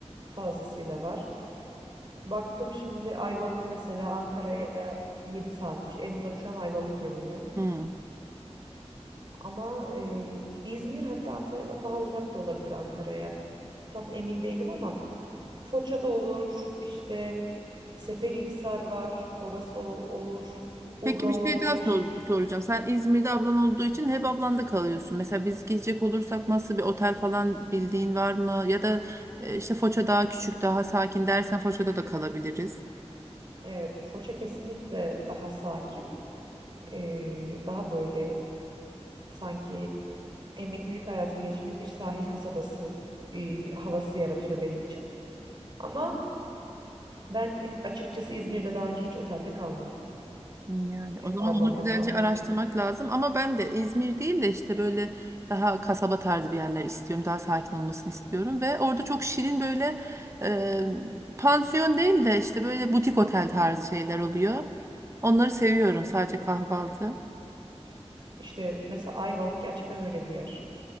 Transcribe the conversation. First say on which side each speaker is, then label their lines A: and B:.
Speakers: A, on the right; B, on the right.
A: fazlasıyla var. Baktım şimdi Ayvalık mesela Ankara'ya 7 saatmiş. En uzak şu an Ayvalık görünüyor.
B: Hmm.
A: Ama e, İzmir hatta Antalya'dan daha uzak da olabilir Ankara'ya. Tam emin değilim ama Foça da olur, işte Seferihisar var, orası ol- olur, Urla
B: Peki
A: olabilir.
B: bir şey daha sor- soracağım. Sen İzmir'de ablan olduğu için hep ablanda kalıyorsun. Mesela biz gidecek olursak nasıl bir otel falan bildiğin var mı? Ya da e, işte Foça daha küçük, daha sakin dersen Foça'da da kalabiliriz.
A: Evet, Foça kesinlikle daha sakin, ee, daha böyle sanki emeklilik hayatını geçirdiğim bir sahil kasabası ee, havası yaratıyor benim için. Ama ben açıkçası İzmir'de daha önce hiç otelde kalmadım.
B: Yani
A: Hep
B: O zaman
A: ablamda
B: onu güzelce
A: kaldığım
B: araştırmak
A: için.
B: lazım. Ama ben de İzmir değil de işte böyle daha kasaba tarzı bir yerler istiyorum. Daha sakin olmasını istiyorum. Ve orada çok şirin böyle e, pansiyon değil de işte böyle butik otel tarzı şeyler oluyor. Onları seviyorum sadece kahvaltı.
A: İşte mesela Ayvalık gerçekten öyle bir yer.